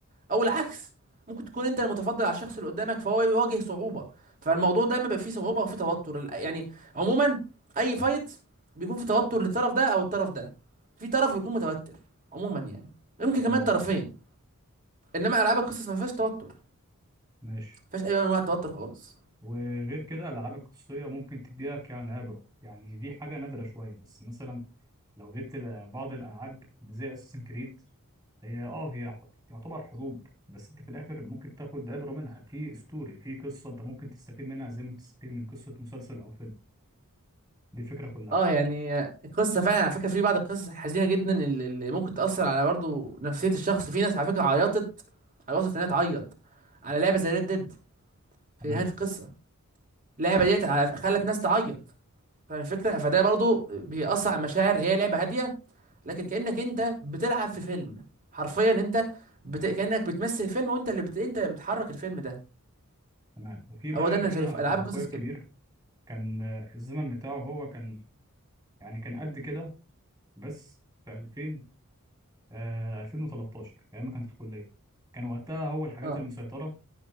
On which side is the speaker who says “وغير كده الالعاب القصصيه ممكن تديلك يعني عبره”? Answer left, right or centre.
Right